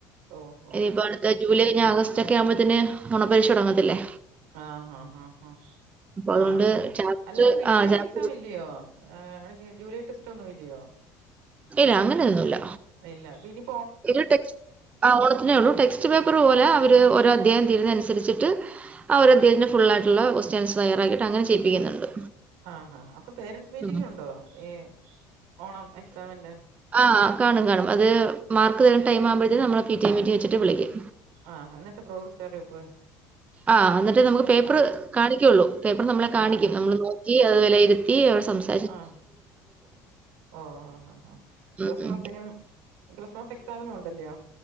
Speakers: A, on the right; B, on the right.
A: ഓഹോ
B: ഇനിയിപ്പോ
A: ഹോ
B: അടുത്ത ജൂലൈ കഴിഞ്ഞ ആഗസ്റ്റ് ഒക്കെ ആവുമ്പോത്തിന് ഓണപരീക്ഷ തൊടങ്ങത്തില്ലേ?
A: ആഹ ഹാ ഹാ ഹാ ആഹ്
B: അതുകൊണ്ട് ചാപ്റ്റർ
A: അല്ലാതെ മിട്ടേംഎക്സാമില്ലെയോ.
B: ആഹ് ചാപ്റ്റർ
A: ആ നിനക്കി ജൂലൈ ടെസ്റ്റ് ഒന്നും ഇല്ല്യോ
B: ഇല്ല അങ്ങനെന്നുല്ല
A: ഇല്ല പിനീം
B: ഒരു ടെക്സ്റ്റ് ആ ഓണത്തിനേയൊള്ളൂ ടെക്സ്റ്റ് പേപ്പറ് പോലെ അവര്ഓരോ അധ്യായം തീരുന്നൻസരിച്ചിട്ട് ആഹ് ഒരു അദ്യായത്തിന്റെ ഫുള്ളായിയിട്ടുള്ള ക്വസ്റ്റൻസ് തയ്യറാക്കിയിട്ട് അങ്ങനെ ചെയ്യിപ്പിക്കുന്നുണ്ട്
A: ആഹ് അപ്പൊ പേരൻസ് മീറ്റിംഗ്
B: ഉം.
A: ഉണ്ടോ ഈ ഓണം എക്സാമിന്റെ
B: ആഹ് ആ കാണും കാണും അത് മാർക്ക് തരുന്ന ടൈമാവുമ്പോഴത്തേനും നമ്മളെ പി ടി എ മീറ്റിംഗ് വെച്ചിട്ട് വിളിക്കും
A: ആഹ് എന്നിട്ട് പ്രോഗ്രസ് കാർഡിൽ ഒപ്പ്
B: ആഹ് എന്നട്ട് നമുക്ക് പേപ്പറ്
A: ആ.
B: കാണിക്കൊള്ളൂ പേപ്പർ നമ്മളെ കാണിക്കും
A: ആഹാ!
B: നമ്മള് <unintelligible> സംസാ
A: ആഹ ഓ ആഹ് ക്രിസ്മസിനും
B: ഉം ഉം
A: ക്രിസ്മസ് എക്സാമിനുണ്ടല്ലയോ?